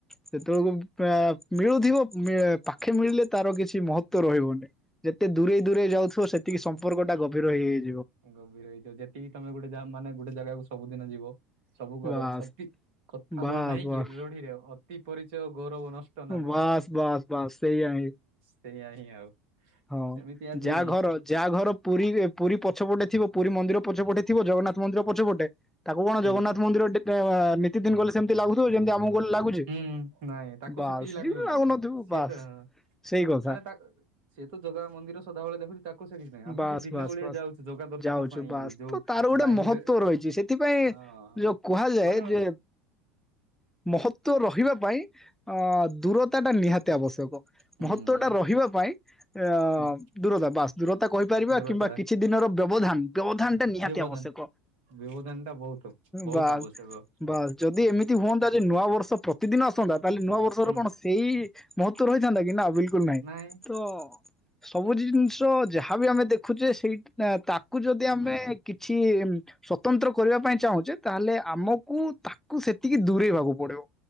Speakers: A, in the centre; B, on the right.
A: ସେତେବେଳକୁ। ଆ ମିଳୁଥିବ ପାଖେ ମିଳିଲେ ତାର କିଛି ମହତଵ ରହିବନି। ଯେତେ ଦୂରେଇ ଦୂରେଇ ଯାଉଥିବ ସେ। ଟିକେ ସମ୍ପର୍କଟା ଗଭୀର ହେଇଯାଇଛି।
B: ଗଭୀର ହେଇଯିବ ଯେତିକି ତମେ ଗୋଟେ ମାନେ ଗୋଟେ ଜାଗାକୁ। ସବୁଦିନ ଯିବ। ସବୁ କରିବ
A: ବାସ୍
B: ଅତି
A: ବାସ୍
B: ଆମର ନାହିଁ
A: ବାସ୍
B: କି ରଢିରେ ଅତି ପରିଚୟ ଗୌରବ ନଷ୍ଟ। ନା କଣ
A: ବାସ୍ ବାସ୍ ବାସ୍ ସେଇ ଆଣି।
B: ସେଇା ହିଁ ଆଉ।
A: ହଁ
B: ସେମିତି ଆଜି
A: ଯାହା ଘର ଯାହା ଘର ପୁରୀ। ପୁରୀ ପଛପଟେ ଥିବ ପୁରୀ ମନ୍ଦିର ପଛପଟେ ଥିବ ଜଗନ୍ନାଥ ମନ୍ଦିର ପଛପଟେ। ତାକୁ କଣ
B: ହୁଁ
A: ଜଗନ୍ନାଥ ମନ୍ଦିର ନିତି ଦିନ ଗଲେ ସେମିତି ଲାଗୁଥିବ ଯେମିତି ଆମ ଗଲେ। ଲାଗୁଛି
B: ହୁଁ ନାଇଁ ତାକୁ
A: ବାସ୍
B: ସେତିକି ଲାଗିବ ନାହିଁ
A: ଲାଗୁନଥିବ
B: ସିଏ
A: ବାସ୍
B: ତ ହ
A: ସେଇ କଥା
B: ମାନେ ତା ସିଏ ତ। ଜଗା ମନ୍ଦିର ସଦାବେଳେ ଦେଖୁଛି। ତାକୁ ସେ କିଛି ନାହିଁ ଆମେ
A: ବାସ୍
B: ଯୋଉ ଦିନେ
A: ବାସ୍
B: ଓଳିଆ
A: ବାସ୍
B: ଯାଉଛୁ ଜଗା ଦର୍ଶନ
A: ଯାଉଛୁ
B: ପାଇଁ
A: ବାସ୍
B: ଯୋଉ
A: ତ ତାର ଗୋଟେ
B: ଲାଇନ
A: ମହତ୍ତ୍ଵ
B: ରେ
A: ରହିଛି ସେଥିପାଇଁ
B: ହଁ
A: ଯୋଉ କୁହାଯାଏ
B: ମାନେ ହୁଁ
A: ଯେ ମହତ୍ଵ ରହିଛି। ରହିବା ପାଇଁ ଅ ଦୂରତା ଟା ନିହାତି ଆବଶ୍ୟକ।
B: ହୁଁ
A: ମହତ୍ଵ ଟା ରହିବା ପାଇଁ ଅ
B: ହୁଁ
A: ଦୂରତା ବାସ ଦୂରତା କହିପାରିବା
B: ଦୂରତା
A: କିମ୍ବା କିଛି ଦିନ ବ୍ୟବଧାନ ବ୍ୟବଧାନ ଟା ନିହାତି
B: ବ୍ୟବଧାନ
A: ଆବଶ୍ୟକ
B: ବ୍ୟବଧାନ ଟା ବହୁତ ବହୁତ
A: ବାସ୍
B: ଆବଶ୍ୟକ
A: ବାସସ୍ ଯଦି ଏମିତି ହୁଅନ୍ତା ଯେ ନୂଆବର୍ଷ ପ୍ରତିଦିନ ଆସନ୍ତା। ତାହଲେ ନୂଆବର୍ଷର
B: ହୁଁ
A: କଣ ସେଇ ମହତ୍ତ୍ଵ ରହିଥାନ୍ତା କି ନା ବିଲକୁଲ ବିଲ୍କୁଲ ନାହିଁ
B: ନାଇଁ
A: ତ ସବୁ ଜିନିଷ ଯାହାବି ଆମେ ଦେଖୁଛେ ସେଇ ତାକୁ ଯଦି ଆମେ କିଛି ସ୍ଵତନ୍ତ୍ର କରିବା ପାଇଁ ଚାହୁଁଛେ ତାହେଲେ ଆମକୁ ତାକୁ ସେତିକି ଦୂରେଇବାକୁ ପଡିବ।